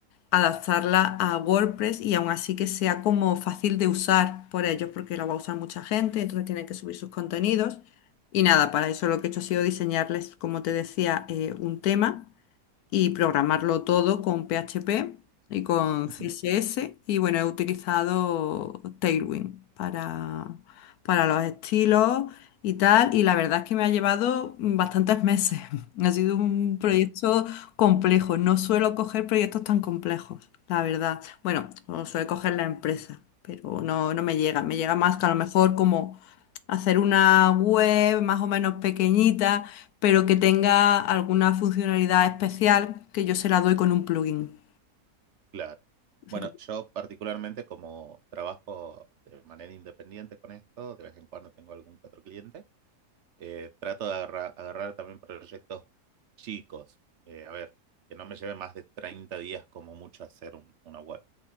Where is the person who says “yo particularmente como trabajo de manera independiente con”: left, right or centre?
Right